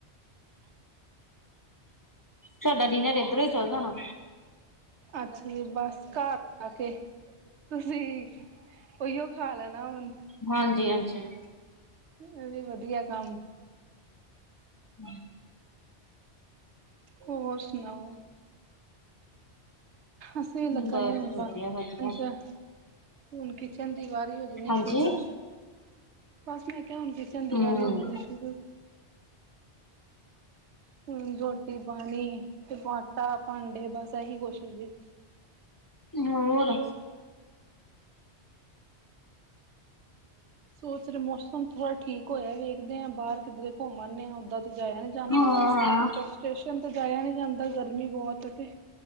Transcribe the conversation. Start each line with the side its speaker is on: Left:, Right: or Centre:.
Left: ਸਾਡਾ ਡਿਨਰ ਏਧਰੋਂ ਹੀ ਚੱਲ ਜਾਣਾ।
Right: ਅੱਛਾ ਜੀ ਬਸ ਘਰ ਆ ਕੇ। ਤੁਸੀਂ ਓਈਓ ਖਾ ਲੈਣਾ ਹੁਣ।
Left: ਹਾਂਜੀ ਹਾਂਜੀ।
Right: ਏਹ ਵੀ ਵਧੀਆ ਕੰਮ।
Left: ਹੂੰ।
Right: ਔਰ ਸੁਣਾਓ? ਅਸੀਂ ਲੱਗਾਂਗੇ
Left: ਬਸ
Right: ਹੁਣ
Left: ਵਧੀਆ-ਵਧੀਆ।
Right: ਬਾ ਚ। ਹੁਣ ਕਿਚਨ ਦੀ ਵਾਰੀ ਹੋ ਜਾਣੀ
Left: ਹਾਂਜੀ।
Right: ਸ਼ੁਰੂ। ਬਸ ਮੈਂ ਕਿਆ ਹੁਣ ਕਿਚਨ ਦੀ
Left: ਹੂੰ,
Right: ਵਾਰੀ ਹੋ ਜਾਂਣੀ ਸ਼ੁਰੂ। ਹੂੰ ਰੋਟੀ ਪਾਣੀ ਤੇ ਆਟਾ ਭਾਂਡੇ ਬਸ ਐਹੀ ਕੋਛ ਹੀ ਜੇ।
Left: ਹੋਰ।
Right: ਸੋਚ ਰੇ ਮੌਸਮ ਥੋੜਾ ਠੀਕ ਹੋਯੈ ਵੇਖਦੇ ਆਂ ਬਾਰ ਕਿੱਧਰੇ ਘੋਮ ਆਨੇਂ ਆਂ ਔਦਾਂ। ਜਾਯਾ ਨੀ ਜਾਣਾ
Left: ਹਾਂ-ਹਾਂ,
Right: ਆਊਟ ਔਫ ਸਟੇਸ਼ਨ ਤੇ ਜਾਯਾ ਨੀ ਜਾਂਦਾ ਗਰਮੀ ਬੌਤ ਏਤੇ।